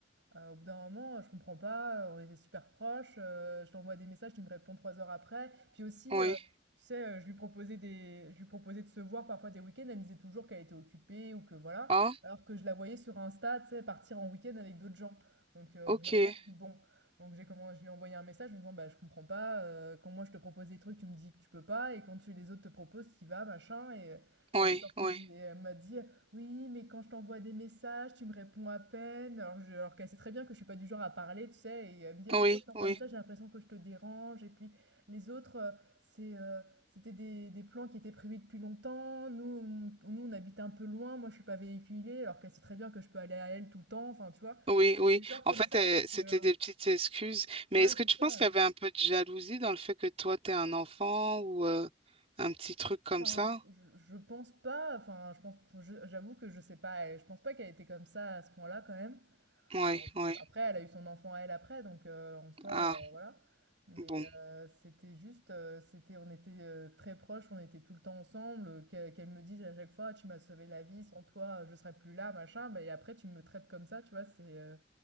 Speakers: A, on the right; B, on the right.
A: euh, au bout d'un moment, je comprends pas, euh, on était super proches, euh, je t'envoie des messages, tu me réponds trois heures après. Puis aussi,
B: Oui.
A: euh, tu sais, euh, je lui proposais des, je lui proposais de se voir parfois des week-ends, elle me disait toujours qu'elle était occupée ou que voilà,
B: Ah,
A: alors que je la voyais sur Insta, tu sais, partir en week-end avec d'autres gens. Donc euh,
B: ok.
A: au bout d'un moment, je dis bon. Donc j'ai comment, je lui ai envoyé un message en me disant, bah je comprends pas, euh, quand moi je te propose des trucs, tu me dis que tu peux pas, et quand tu, les autres te proposent, tu y vas, machin, et,
B: Oui,
A: et elle me sortait
B: oui.
A: des- et elle m'a dit, oui, mais quand je t'envoie des messages, tu me réponds à peine. Alors, je, alors qu'elle sait très bien que je suis pas du genre à parler, tu sais. Et elle me dit à
B: Oui,
A: chaque fois que je t'envoie
B: oui.
A: un message, j'ai l'impression que je te dérange. Et puis les autres, euh, c'est, euh, c'était des, des plans qui étaient prévus depuis longtemps. Nous, on, nous, on habite un peu loin. Moi, je suis pas véhiculée. Alors qu'elle sait très bien que je peux aller à elle tout le temps. Enfin, tu vois.
B: Oui, oui.
A: C'est des genres comme
B: En fait,
A: ça, c'est
B: euh, c'était
A: que... euh,
B: des petites excuses. Mais
A: Ouais,
B: est-ce
A: c'est
B: que tu
A: ça.
B: penses qu'il y avait un peu de jalousie dans le fait que toi, t'es un enfant ou euh, un petit truc comme
A: Enfin,
B: ça?
A: je, je pense pas. Enfin, je pense, je- j'avoue que je sais pas. Je pense pas qu'elle était comme ça à ce point-là quand même.
B: Oui,
A: Alors,
B: oui.
A: après, elle a eu son enfant à elle après, donc euh, en soi,
B: Ah,
A: euh, voilà. Mais
B: bon.
A: euh, c'était juste, euh, c'était, on était euh, très proches, on était tout le temps ensemble. euh, qu'elle qu'elle me dise à chaque fois, tu m'as sauvé la vie, sans toi, je serais plus là, machin. Bah, et après, tu me traites comme ça, tu vois, c'est euh,